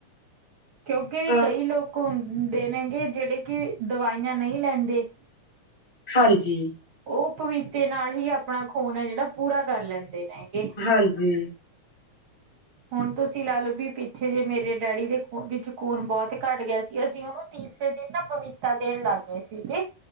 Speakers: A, on the right (about 60°); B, on the left (about 15°).
A: ਕਿਉਂਕਿ
B: ਅ
A: ਕਈ ਲੋਕ ਹੁਨ ਦੇ ਨੇਗੇ ਜੇੜੇ ਕੇ ਦਵਾਈਆਂ ਨਈ ਲੈਂਦੇ।
B: ਹਾਂਜੀ।
A: ਓ ਪਪੀਤੇ ਨਾਲ ਈ ਆਪਣਾ ਖੂਨ ਐ ਜੇੜਾ ਪੂਰਾ ਕਰ ਲੈਂਦੇ ਨੇਗੇ।
B: ਹਾਂਜੀ।
A: ਹੁਨ ਤੁਸੀਂ ਲਾ ਲਓ ਵੀ ਪਿੱਛੇ ਜੇ ਮੇਰੇ ਡੈਡੀ ਦੇ ਵਿੱਚ ਖੂਨ ਬੋਹਤ ਘੱਟ ਗਿਆ ਸੀ ਅਸੀਂ ਓਨੂੰ ਤੀਸਰੇ ਦਿਨ ਨਾ ਬਵੀਤਾ ਦੇਣ ਲੱਗ ਗਏ ਸੀਗੇ।